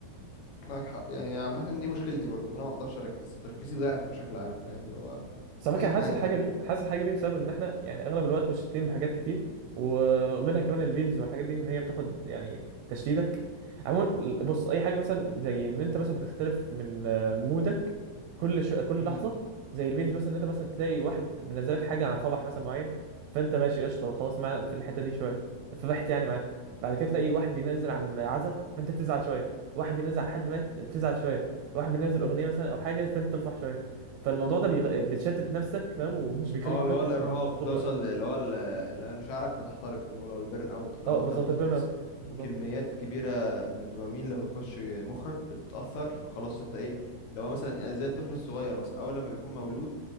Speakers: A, on the left; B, on the right.
A: معاك حق يعني عامة دي مشكلتي برضو ان انا ما اقدرش اركز تركيزي ضعف بشكل عام فاهم اللي هو
B: بس على فكره
A: اي
B: أنا
A: حاجة
B: حاسس الحاجه دي حاسس الحاجه دي بسبب ان احنا يعني اغلب الوقت مشتتين بحاجات كتير ومنها كمان الفيديوز والحاجات دي ان هي بتاخد يعني تشتيتك عموما بص اي حاجه مثلا زي ان انت مثلا بتختلف من آه، مودك كل شو كل
A: حتى
B: لحظه زي الفيديوز مثلا ان انت مثلا تلاقي واحد منزلك حاجه عن فرح مثلا معين فانت ماشي قشطه خلاص معاه في الحته دي شويه فرحت يعني معاه بعد كده تلاقي واحد بينزل عن عزا فانت تزعل شويه واحد بينزل عن حد مات تزعل شويه واحد بينزل اغنيه مثلا او حاجه فانت تفرح شويه فالموضوع ده بيغ... بتشتت نفسك فاهم ومش بيخليك
A: اه اللي
B: تركز
A: هو الارهاق
B: طول
A: بتوصل
B: الوقت
A: اللي هو ال- اللي هو مشاعرك بتحترق زي ما بيقولوا البيرن اوت اللي
B: اه
A: هو انت
B: بالظبط
A: بتتأثر
B: البيرن اوت بالظبط
A: وكميات كبيره من الدوبامين لما بتخش مخك بتتأثر فخلاص انت ايه لو هو مثلا يعني زي الطفل الصغير مثلا اول لما بيكون مولود